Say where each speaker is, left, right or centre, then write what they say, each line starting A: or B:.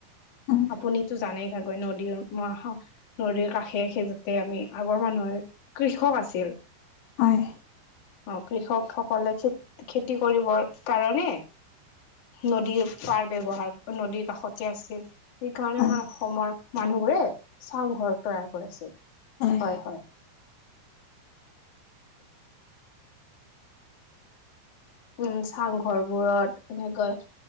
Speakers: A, on the left (about 80°); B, on the left (about 50°).
A: হয়
B: আপুনিতো জানেই চাগৈ নদীৰ মৰ্হা নদীৰ কাষে গৈছে আমি আগৰ মানুহৰ কৃষক আছিল।
A: হয়।
B: অঁ কৃষক সকলে খ খেতি কৰিবৰ কাৰণে নদীৰ পাৰ ব্যৱহাৰ নদীৰ কাষতে আছিল। সেইকাৰণে
A: হয়
B: আমাৰ অসমৰ মানুহবোৰে চাংঘৰ তৈয়াৰ কৰিছিল।
A: হয়।।
B: হয় হয় উম, চাংঘৰ বোৰত এনেকৈ